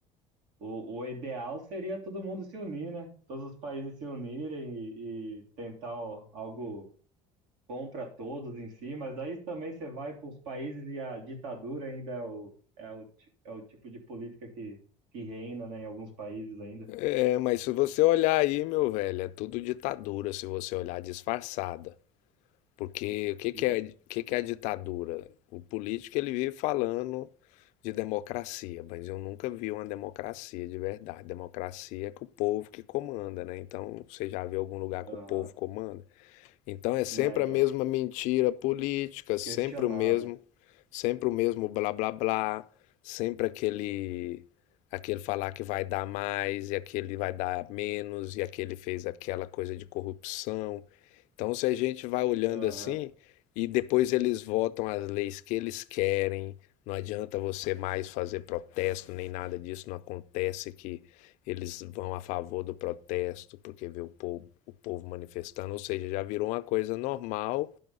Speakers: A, on the right; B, on the left.
A: O, o ideal seria todo mundo se unir, né? Todos os países se unirem e, e tentar o- algo bom para todos em si, mas aí também você vai para os países e a ditadura ainda é o, é o, ti- é o tipo de política que, que reina, né, em alguns países ainda.
B: É, mas se você olhar aí, meu velho, é tudo ditadura se você olhar disfarçada. Porque o que
A: Sim.
B: que é, o que que é a ditadura? O político ele vive falando de democracia, mas eu nunca vi uma democracia de verdade. Democracia é que o povo que comanda, né? Então, você já viu algum lugar que
A: Aham.
B: o povo comanda? Então é sempre
A: Né, então,
B: a mesma mentira política, sempre
A: questionável.
B: o mesmo, sempre o mesmo blá blá blá, sempre aquele aquele falar que vai dar mais e aquele vai dar menos e aquele fez aquela coisa de corrupção. Então se a gente vai olhando
A: Aham.
B: assim e depois eles votam as leis que eles querem, não adianta você mais fazer protesto nem nada disso, não acontece que eles vão a favor do protesto, porque vê o povo, o povo manifestando, ou seja, já virou uma coisa normal